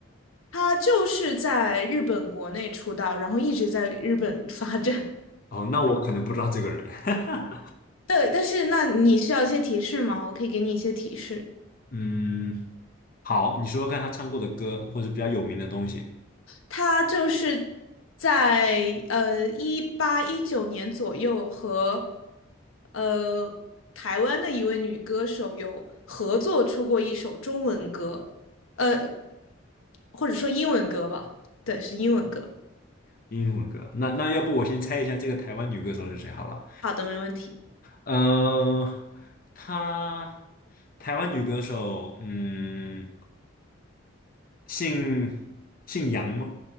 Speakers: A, on the left; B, on the left.
A: 他就是在日本国内出道，然后一直在日本发展。
B: 哦，那我可能不知道这个人。<laughs>
A: <laughs> 对，但是那你需要一些提示吗？我可以给你一些提示。
B: 嗯，好，你说说看他唱过的歌，或者比较有名的东西，
A: 他就是在呃一八一九年左右和呃台湾的一位女歌手有合作出过一首中文歌，呃或者说英文歌吧。对，是英文歌。
B: 英文歌。那那要不我先猜一下这个台湾女歌手是谁好了。
A: 好的，没问题。
B: 呃，她台湾女歌手，嗯，姓姓杨吗？